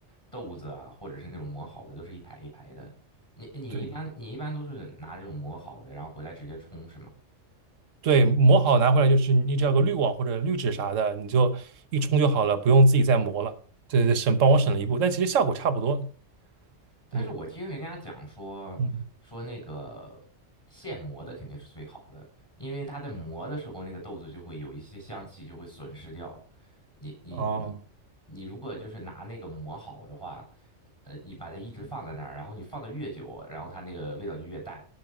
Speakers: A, on the left; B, on the right.
A: 豆子啊，或者是那种磨好的，都是一排一排的。你你一般你一般都是拿这种磨好的，
B: 对。
A: 然后回来直接冲是吗？
B: 对，磨好拿回来就是你只要个滤网或者滤纸啥的，你就一冲就好了，不用自己再磨了。对对对，省帮我省了一步，但其实效果差不多。
A: 但是我听人家讲说说那个现磨的肯定是最好的，
B: 嗯嗯，
A: 因为它在磨的时候，那个豆子就会有一些香气就会损失掉。你你你
B: 哦，
A: 你如果就是拿那个磨好的话，呃，你把它一直放在那儿，然后你放的越久，然后它那个味道就越淡，